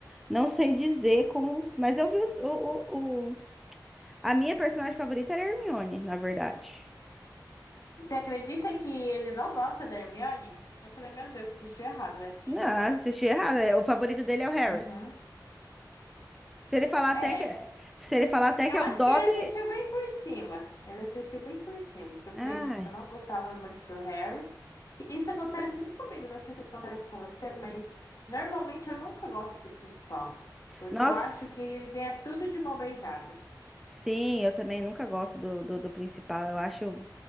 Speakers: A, in the centre; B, on the left (about 50°).
A: não sei dizer como, mas eu vi os- o, o, o- a minha personagem favorita era a Hermione, na verdade.
B: Você acredita que ele não gosta da Hermione? Eu falei, meu Deus, assistiu errado, vai assistir
A: Não,
B: de novo.
A: assisti errado. é, O favorito dele é o Harry.
B: Uhum.
A: Se ele falar até
B: É,
A: que, se ele falar até
B: eu
A: que é
B: acho
A: o Dobby,
B: que ele assistiu bem por cima. Ele assistiu bem por cima, porque eu falei
A: ai,
B: que eu não gostava muito do Harry. E isso acontece muito comigo, não sei se acontece com você, mas normalmente eu nunca gosto do principal, porque
A: nossa.
B: eu acho que ele ganha tudo de mão beijada.
A: Sim, eu também nunca gosto do, do, do principal. Eu acho